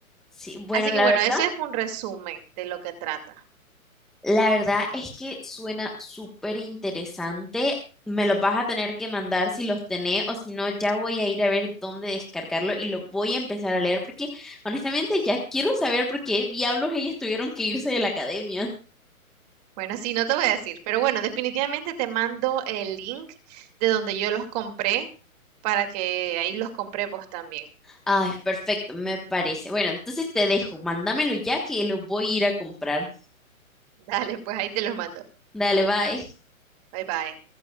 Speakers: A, in the centre; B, on the right.
A: Sí, bueno,
B: Así
A: la
B: que bueno,
A: verdad.
B: eso es un resumen de lo que trata.
A: La verdad es que suena súper interesante. Me los vas a tener que mandar si los tenés o si no, ya voy a ir a ver dónde descargarlo y lo voy a empezar a leer porque honestamente ya quiero saber por qué diablos ellas tuvieron que irse de la academia.
B: Bueno, sí, no te voy a decir, pero bueno, definitivamente te mando el link de donde yo los compré para que ahí los compré vos también.
A: Ay, perfecto, me parece. Bueno, entonces te dejo, mándamelo ya que lo voy a ir a comprar.
B: <laughs> Dale, pues ahí te los mando.
A: Dale, bye.
B: Bye bye.